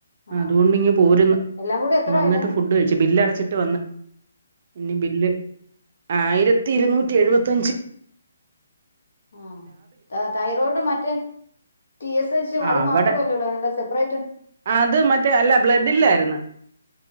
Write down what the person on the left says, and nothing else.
ആഹ്
ആഹ്
എല്ലാം കൂടി എത്രയാടെ
മം തൈറോയിഡ് മറ്റേ ടി എസ് എച്ച്
അത്
മാത്രമല്ലേ ഉള്ളൂ അതിനുള്ള സെപ്പറേറ്റ്